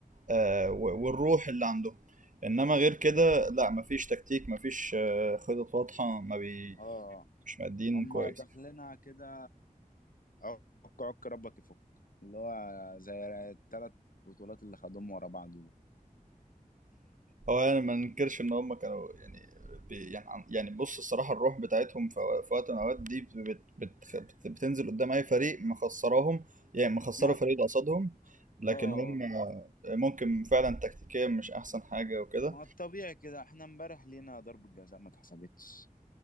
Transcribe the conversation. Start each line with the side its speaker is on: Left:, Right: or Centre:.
Right: آه، و- والروح اللي عندهم انما غير كده لا ما فيش تكتيك ما فيش آه، خطط واضحه ما بي...
Left: اه
Right: مش مادين
Left: هما
Right: كويس
Left: داخلينها كده عك عك ربك يفك اللي هو زي الثلاث بطولات اللي خدوهم ورا بعض دول
Right: هو يعني ما ننكرش ان هم كانوا يعني بي يعني عن- يعني بص الصراحه الروح بتاعتهم في أو- في وقت من الاوقات دي بت بت بت بتنزل قدام اي فريق مخسراهم يعني مخسروا
Left: ما
Right: فريق ده قصادهم لكن
Left: اه
Right: هم ممكن فعلا تكتيكيا مش احسن حاجه وكده
Left: ما الطبيعي كده احنا امبارح لينا ضربة جزاء ما اتحسبتش